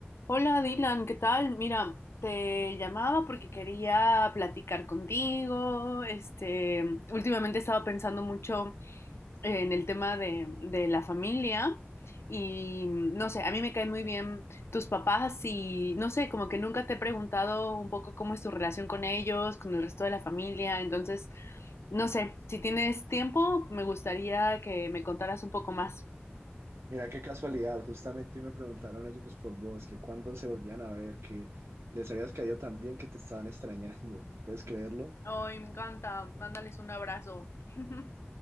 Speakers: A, on the left; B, on the right.
A: Hola Dylan, ¿qué tal? Mira, te llamaba porque quería platicar contigo. Este, últimamente estaba pensando mucho en el tema de, de la familia y no sé, a mí me caen muy bien tus papás y no sé, como que nunca te he preguntado un poco cómo es tu relación con ellos, con el resto de la familia. Entonces, no sé, si tienes tiempo, me gustaría que me contaras un poco más.
B: Mira qué casualidad, justamente hoy me preguntaron ellos por vos, que cuándo se volvían a ver, que les habías caído tan bien que te estaban extrañando. ¿Puedes creerlo?
A: Ay, me encanta. Mándales un abrazo. <laughs>